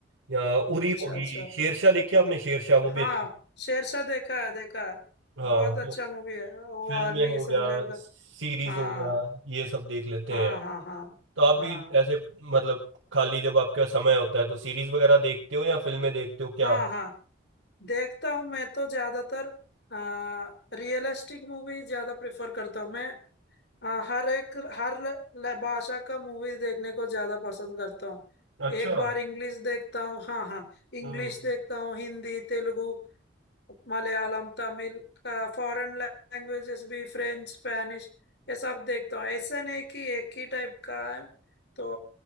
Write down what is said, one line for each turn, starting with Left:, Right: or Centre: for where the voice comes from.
Right: या उरी
Left: अच्छा
Right: होगी
Left: अच्छा
Right: शेरशाह देखी आपने शेरशाह वो
Left: हाँ
Right: भी अच्छी
Left: शेरशाह देखा है देखा है
Right: हाँ
Left: बहुत अच्छा
Right: तो
Left: मूवी है वो
Right: फिल्में
Left: आर्मी
Right: हो
Left: के सोल्जर
Right: गया सीरीज
Left: का हाँ
Right: हो गया ये सब देख लेते
Left: हाँ
Right: हैं
Left: हाँ हाँ
Right: तो आप भी
Left: हाँ
Right: ऐसे मतलब खाली जब आपके पास समय होता है तो सीरीज वगैरह देखते हो या फिल्में देखते हो क्या
Left: हाँ हाँ देखता हूँ मैं तो ज्यादातर आ, रियलिस्टिक मूवी ज्यादा प्रेफर करता हूँ मैं आ, हर एक हर ल- ल- भाषा का मूवी देखने को ज्यादा पसंद करता हूँ
Right: अच्छा
Left: एक बार इंग्लिश देखता हूँ हाँ हाँ इंग्लिश
Right: हम्म
Left: देखता हूँ हिंदी तेलुगु मलयालम तमिल फॉरेन लैंग्वेजेस भी फ्रेंच स्पेनिश ये सब देखता हूँ ऐसा नहीं कि एक ही टाइप का है तो